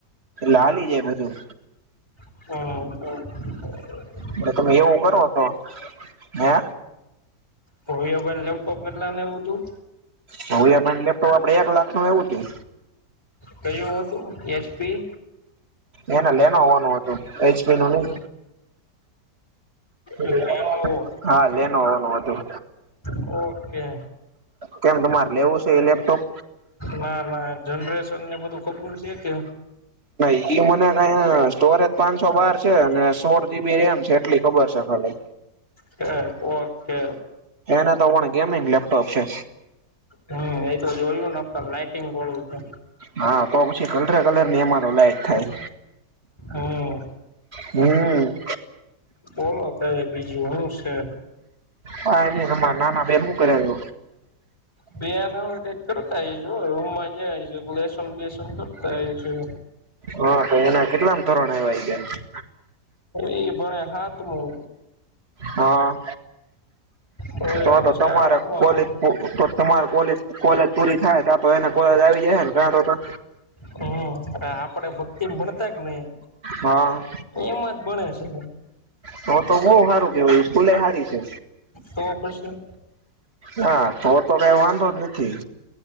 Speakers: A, on the right (about 40°); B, on the left (about 15°).
A: હાલી જાય બધું
B: હ હ <inaudible>
A: એટલે તમે એવું કરો તો હે
B: ભવ્ય ભાઇ ને લેપટોપ કેટલાનું આવ્યુ તું.
A: ભવ્ય ભાઇ નું લેપટોપ આપડે એક લાખ નું આવ્યું હતું.
B: કયું હતું એચપી
A: એને લેનો હોવાનું હતું એચપી નું નહ
B: લેનોવો
A: <inaudible> હા લેનોવા નું હતું.
B: ઓકે
A: કેમ તમારે લેવું છે એ લેપટોપ.
B: ના ના જનરેશન ને બધું ખબર છે કે
A: નઈ એ મને કઈ સ્ટોરેજ પાંચસો બાર છે અને સોળ જીબી રેમ છે એટલી ખબર છે ખાલી
B: હ <unintelligible> ઓકે
A: એને તો પણ ગેમિંગ લેપટોપ છે.
B: હમ એતો જોયુ ને પણ લાઈટિંગ બોલવું છે
A: હા તો પછી કલરે કલરની એમાં તો લાઇટ થાય.
B: હમ્મ
A: હમ્મ
B: બોલો કઈ બીજું હું છે.
A: હા એને મા નાના બે હું કરે છે.
B: બેહ ન હોય કરતા આઈશું રૂમમાં જઈશ તો લેસન બેસન કરતા આવીશું
A: હા તો એના કેટલામ ધોરણ આવ્યા ઈ
B: ઈ ભણે હાતમું
A: હા.
B: હવે
A: તો
B: આવશે
A: તો તમારે
B: આઠમામાં
A: કોલેજ પુ તમારે કોલેજ કોલેજ પૂરી થાય તા તો એને કોલેજ આવી જા હે ને તાતો
B: હમ આપડે ભક્તિ મનતા જ નહી.
A: હા
B: એમાં જ ભણે છે.
A: તો તો બવ સારું કેવાય સ્કૂલે હારી છે.
B: તો પછી
A: હા તો તો કઈ વાંધો જ નથી